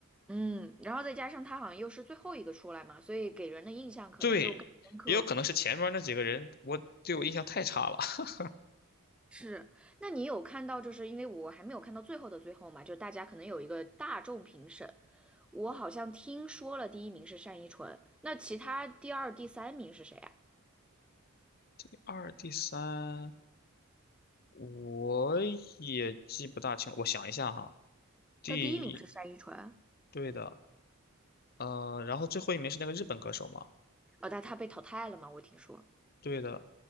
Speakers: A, in the centre; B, on the left.
A: 嗯，然后再加上他好像又是最后一个出来嘛，所以给人的印象可能就更深刻。
B: 对，也有可能是前面那几个人我对我印象太差了。<laughs>
A: 是，那你有看到，就是因为我还没有看到最后的最后嘛，就是大家可能有一个大众评审，我好像听说了第一名是单依纯，那其他第二、第三名是谁啊？
B: 第二、第三我也记不大清了，我想一下哈，第一，
A: 但第一名是单依纯，
B: 对的，呃，然后最后一名是那个日本歌手嘛，
A: 哦，但他被淘汰了嘛，我听说
B: 对的，